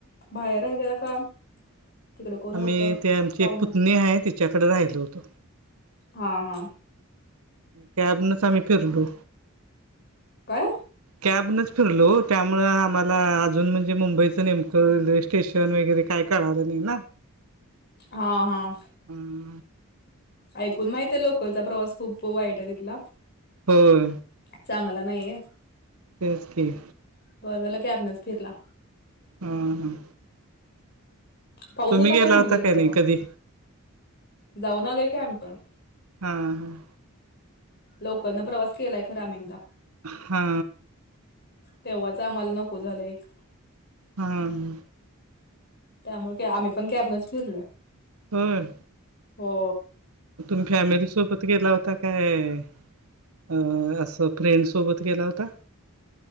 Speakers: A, on the left; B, on the right.
A: बाहेर राहिलेला का? तिकडे कोण होतं
B: आम्ही ते आमची
A: पाहुण्यात
B: एक पुतणी हाय तिच्याकडे राहिलो होतो.
A: हां हां.
B: कॅबनच आम्ही फिरलो.
A: काय?
B: कॅबनच फिरलो ओ त्यामुळ आम्हाला अजून म्हणजे मुंबईचं नेमकं रेल्वे स्टेशन वगैरे काय कळालं नाही ना.
A: हां हां.
B: <inaudible>
A: ऐकून माहितीय लोकलचा प्रवास खूप वाईट हाय तिथला.
B: होय.
A: चांगला नाहीेय.
B: तेच की.
A: बरं झालं कॅबनच फिरला.
B: हम्म हम्म.
A: पाऊस होतो
B: गेला
A: काय तुम्ही
B: होता
A: गेलता
B: नाही
A: तेव्हा?
B: कधी
A: जाऊन आलोय की आम्ही पण.
B: हां हां.
A: लोकलनं प्रवास केलाय खरा आम्ही एकदा.
B: हा.
A: तेव्हाच आम्हाला नको झालं एक.
B: हा हम्म.
A: त्यामुळं काय आम्ही पण कॅबनच फिरलोय.
B: होय.
A: हो.
B: तुम्ही फॅमिली सोबत गेला होता काय अ असं फ्रेंड सोबत गेला होता.